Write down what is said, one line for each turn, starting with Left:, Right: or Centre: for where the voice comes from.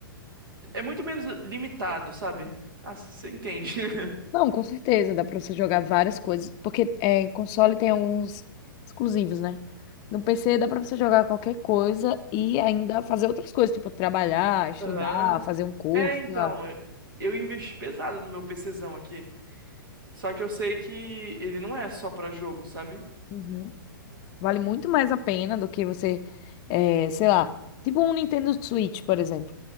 Right: É muito menos limitado, sabe? Ah, você entende. <laughs>
Left: Não, com certeza, dá pra você jogar várias coisas, porque é, em console tem alguns exclusivos, né? No PC dá pra você jogar qualquer coisa e ainda fazer outras coisas, tipo trabalhar, estudar,
Right: Aham.
Left: fazer um curso,
Right: É, então,
Left: sei lá.
Right: eu investi pesado no meu PCzão aqui. Só que eu sei que ele não é só pra jogo, sabe?
Left: Uhum. Vale muito mais a pena do que você, eh, sei lá, tipo um Nintendo Switch, por exemplo,